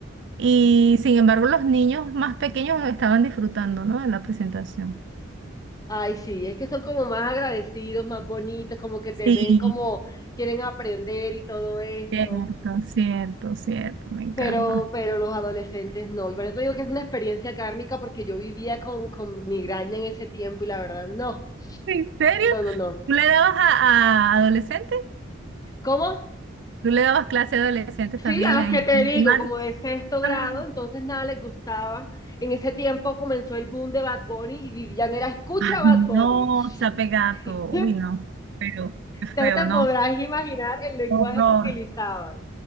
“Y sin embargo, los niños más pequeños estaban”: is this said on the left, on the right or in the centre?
Right